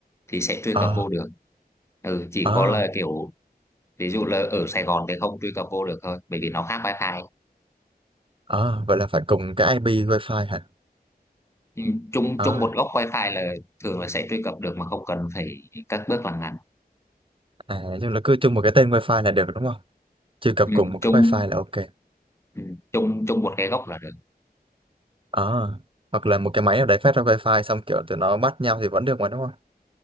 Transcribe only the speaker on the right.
ờ
ờ
ờ vậy là phải cùng cái IP wifi hả
ờ
à nhưng là cứ chung một cái tên wifi là được đúng không truy cập
cùng một cái
wifi là ok
ờ hoặc là một cái máy nào đấy phát ra wifi xong kiểu tụi nó bắt nhau thì vẫn được mà đúng không